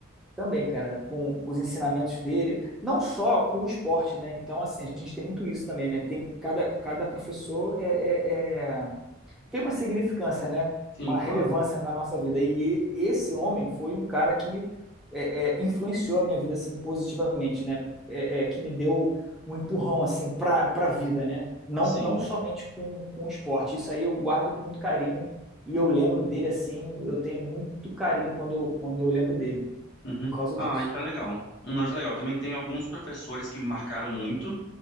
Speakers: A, in the centre; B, on the left (about 60°).
A: também, cara, com os ensinamentos dele, não só com o esporte, né? Então, assim, a gente tem muito isso também, né? Tem cada, cada professor é, é, é tem uma significância, né?
B: sim,
A: Uma
B: claro,
A: relevância na nossa vida. E esse homem foi um cara que é, é, influenciou a minha vida assim positivamente, né? É, é, que me deu um empurrão assim para para a vida, né? Não
B: sim.
A: não somente com, com o esporte. Isso aí eu guardo com muito carinho e eu lembro dele assim. Eu tenho muito carinho quando eu, quando eu lembro dele
B: Uhum.
A: por causa
B: Ah,
A: disso.
B: isso é legal. Hum, Isso é legal. Também tem alguns professores que me marcaram muito,